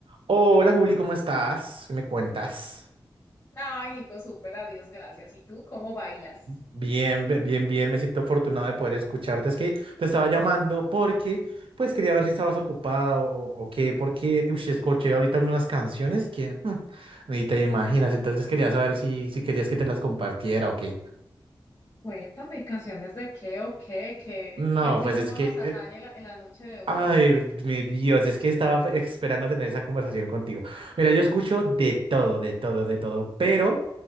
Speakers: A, on the right; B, on the left.
A: Hola Juli, ¿cómo estás? ¿Qué me cuentas?
B: Ay, Nico, súper, adiós, gracias. ¿Y tú cómo bailas?
A: Bien, be- bien, bien, me siento afortunado de poder escucharte. Es que te estaba llamando porque, pues, quería ver si estabas ocupada o, o qué, porque, uy, escuché ahorita unas canciones que mm, ni te imaginas, entonces quería saber si, si querías que te las compartiera o qué.
B: Cuéntame, ¿canciones de qué o qué? ¿Qué,
A: No,
B: qué ritmo
A: pues es que
B: nos atañe
A: eh,
B: la- en la noche de hoy?
A: Ay, mi Dios, es que estaba esperando tener esa conversación contigo. Mira, yo escucho de todo, de todo, de todo, pero,